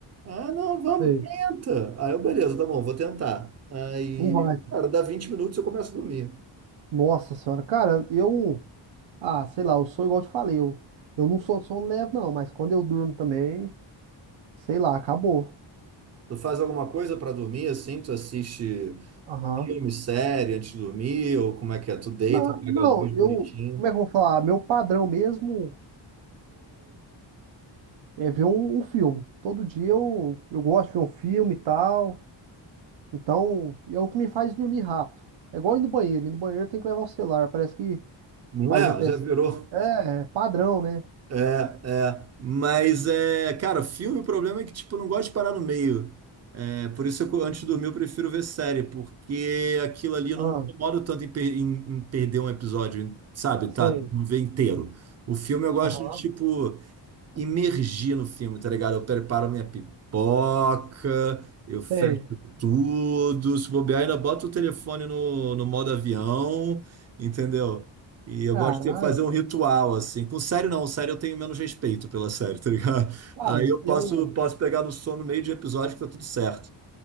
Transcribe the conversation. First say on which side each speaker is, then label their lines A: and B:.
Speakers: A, on the right (about 35°); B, on the right (about 85°).
A: Ah, não, vamos,
B: sei.
A: tenta. Aí eu, beleza, tá bom, vou tentar. Aí,
B: Não vai. tá.
A: cara, dá 20 minutos eu começo a dormir.
B: Nossa senhora, cara, eu. Ah, sei lá, eu sou igual eu te falei, eu, eu não sou sono leve não, mas quando eu durmo também, sei lá, acabou.
A: Tu faz alguma coisa pra dormir, assim? Tu assiste
B: Aham.
A: filme, série antes de dormir? Ou como é que é? Tu deita,
B: Não,
A: pega
B: não,
A: a luz
B: eu,
A: bonitinho.
B: como é que eu vou falar? Meu padrão mesmo é ver um, um filme. Todo dia eu, eu gosto de ver um filme e tal, então é o que me faz dormir rápido. É igual ir no banheiro, ir no banheiro tem que levar o celular, parece que
A: Não
B: faz
A: é?
B: até...
A: Já virou
B: É, padrão, né?
A: É, é. Mas é, cara, filme, o problema é que, tipo, eu não gosto de parar no meio. É, por isso, eu, antes de dormir, eu prefiro ver série, porque aquilo ali eu
B: Ah,
A: não me incomodo tanto em, per- em- em perder um episódio, sabe?
B: sei.
A: Tá, não ver inteiro. O filme eu gosto
B: Aham,
A: de, tipo imergir no filme, tá ligado? Eu preparo minha pipoca, eu fecho
B: sei.
A: tudo, se bobear, ainda boto o telefone no, no modo avião, entendeu? E eu
B: Caralho,
A: gosto de fazer um
B: bicho.
A: ritual, assim. Com série, não. Série eu tenho menos respeito pela série, tá ligado? <laughs>
B: cara,
A: Aí eu posso,
B: eu...
A: posso pegar no sono no meio de episódio que tá tudo certo.